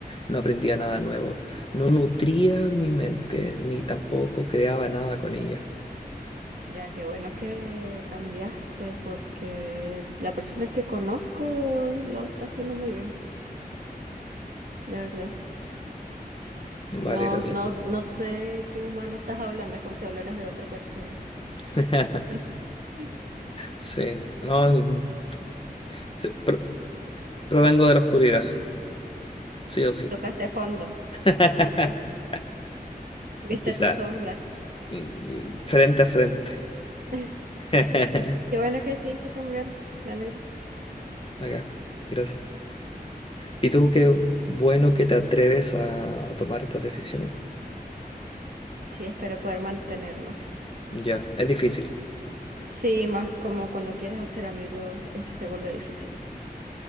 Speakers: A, on the left; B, on the right.
A: no aprendía nada nuevo, no nutría mi mente ni tampoco creaba nada con ella.
B: Ya, qué bueno que cambiaste porque la persona que conozco lo está haciendo muy bien, de verdad.
A: Vale,
B: No,
A: gracias.
B: no, no sé qué humano estás hablando, es como si hablaras de otra persona.
A: <laughs>
B: <laughs>
A: Sí, no, el- sí, pro- provengo de la oscuridad, sí o sí.
B: Tocaste fondo,
A: <laughs>
B: eso fue. Viste
A: Quizá,
B: tu sombra.
A: mm, frente a frente.
B: <laughs>
A: <laughs>
B: Qué bueno que decidiste cambiar, me alegra.
A: Acá, gracias. ¿Y tú qué bueno que te atreves a tomar estas decisiones?
B: Sí, espero poder mantenerlo.
A: Ya, es difícil.
B: Sí, más como cuando quieres hacer amigos, eh, se vuelve difícil